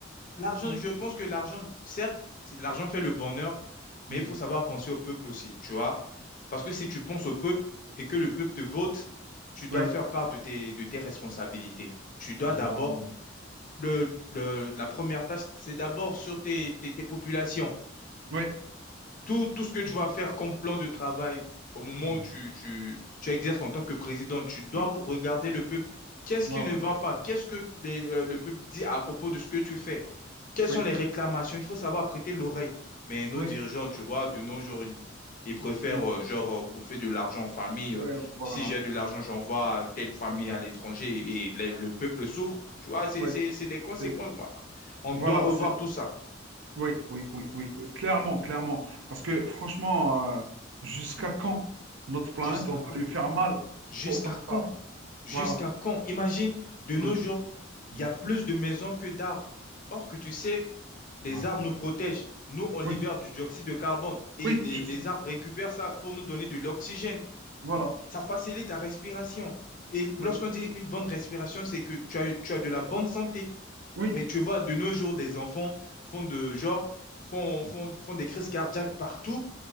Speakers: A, on the left; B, on the right.
A: l'argent,
B: mm,
A: je pense que l'argent, certes, c'est- l'argent fait le bonheur, mais
B: mm,
A: il faut savoir penser au peuple aussi, tu vois. Parce que si tu penses au peuple et que le peuple te vote, tu dois
B: ouais,
A: faire part de tes, de tes responsabilités. Tu dois
B: mm,
A: d'abord,
B: ouais, voilà,
A: le, le- la première tâche, c'est d'abord sur tes, tes tes populations.
B: ouais,
A: Tout, tout ce que tu
B: bien sûr,
A: vas faire comme plan de travail au moment
B: mm,
A: où tu, tu, tu exerces en tant que président, tu dois
B: ouais,
A: regarder le peuple. Qu'est-ce
B: voilà,
A: qui ne va pas? Qu'est-ce que les- euh, le peuple dit à propos de ce que tu fais? Quelles
B: oui
A: sont les réclamations? Il faut savoir prêter l'oreille. Mais nos
B: oui
A: dirigeants, tu vois, de nos jours, ils, ils préfèrent
B: mm,
A: euh, genre euh, bouffer de l'argent en famille.
B: ouais,
A: euh,
B: voilà,
A: si j'ai de l'argent, j'envoie à telle famille
B: ouais,
A: à l'étranger
B: mm,
A: et, et le, le
B: voilà,
A: peuple souffre. Tu vois, c'est
B: ouais,
A: c'est- c'est des conséquences.
B: c'est,
A: moi. On
B: voilà,
A: doit revoir
B: c'est,
A: tout ça.
B: oui, oui, oui, oui, oui, clairement, clairement, parce que franchement, euh, jusqu'à quand notre planète,
A: Jusqu'à
B: on va
A: quand?
B: lui faire mal
A: Jusqu'à
B: autant que
A: quand?
B: ça,
A: Jusqu'à
B: voilà,
A: quand? Imagine, de nos
B: ouais,
A: jours,
B: mm,
A: il y a plus de maisons que d'arbres. Or que tu sais, les
B: voilà,
A: arbres nous protègent. Nous, on libère
B: oui,
A: du dioxyde de carbone et
B: oui,
A: les,
B: je
A: les
B: sais,
A: arbres récupèrent ça pour nous donner de l'oxygène.
B: voilà,
A: Ça facilite la respiration. Et lorsqu'on
B: oui,
A: dit une bonne respiration, c'est que tu as, tu as de la bonne santé.
B: oui,
A: Mais tu vois, de nos jours, les enfants font de genre, font,
B: mm,
A: font, font des crises cardiaques partout.